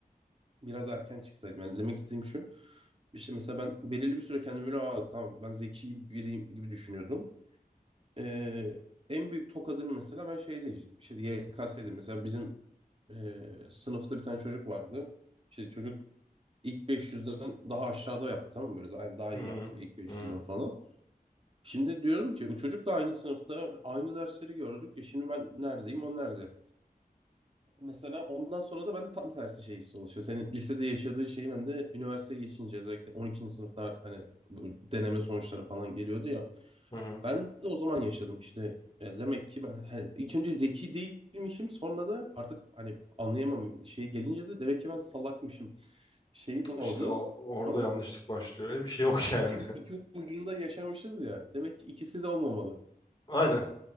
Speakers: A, on the right; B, on the left.
A: biraz erken çıksaydım. Yani demek istediğim şu. İşte mesela ben belirli bir süre kendimi böyle Aa, tamam ben zeki biriyim gibi düşünüyordum. Ee, en büyük tokadını mesela ben şeyde işte YKS'de mesela bizim e, sınıfta bir tane çocuk vardı. İşte çocuk ilk 500'den daha aşağıda yaptı tamam mı? Böyle daha, daha
B: Hı
A: iyi
B: hı.
A: yaptı ilk 500'den
B: Hı hı.
A: falan. Şimdi diyorum ki o çocuk da aynı sınıfta aynı dersleri gördük. E şimdi ben neredeyim o nerede? Mesela ondan sonra da bende tam tersi şey hissi oluşuyor. Senin lisede yaşadığın şeyi ben de üniversiteye geçince özellikle 12. sınıfta hani bu deneme sonuçları falan geliyordu ya.
B: Hı hı.
A: Ben de o zaman yaşadım işte. E, demek ki ben he, ilk önce zeki değilmişim sonra da artık hani anlayamam şey gelince de demek ki ben salakmışım şeyi doğdu.
B: İşte o- orada
A: Ama
B: yanlışlık başlıyor. Öyle bir şey yok yani.
A: işte biz iki ucunda yaşamışız ya. Demek ki ikisi de olmamalı.
B: <laughs> Aynen.